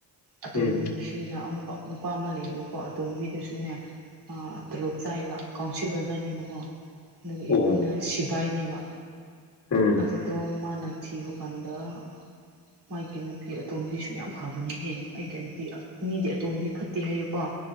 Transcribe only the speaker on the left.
ꯎꯝ
ꯑꯣ
ꯎꯝ